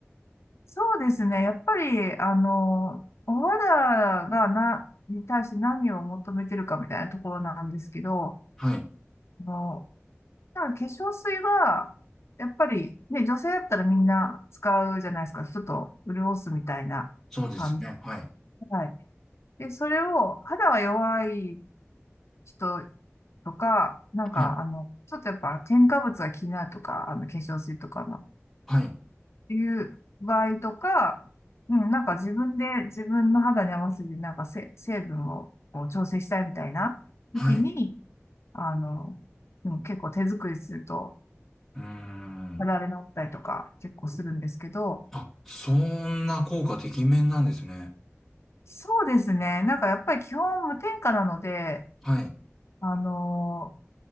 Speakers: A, on the left; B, in the centre.
A: そうですね。やっぱり、あの、お肌がな、に対して何を求めてるかみたいなところなんですけど、
B: はい。
A: あのだから化粧水は、やっぱり、ね、女性だったらみんな使うじゃないですか。ちょっと潤すみたいな感じ。
B: そうですね。はい。
A: はい。で、それを、肌が弱い人とか、なんか、
B: はい。
A: あの、ちょっとやっぱ添加物が気になるとか、あの、化粧水とかの、
B: はい。
A: いう場合とか、うん、なんか自分で自分の肌に合わせて、なんかせ成分をこう調整したいみたいな時に、
B: はい。う
A: あの、うん、結構手作りすると、
B: ーん。
A: 肌荒れ治ったりとか結構するんですけど、
B: あ、そんな効果てきめんなんですね。
A: そうですね。なんかやっぱり基本無添加なので、
B: はい。
A: あのー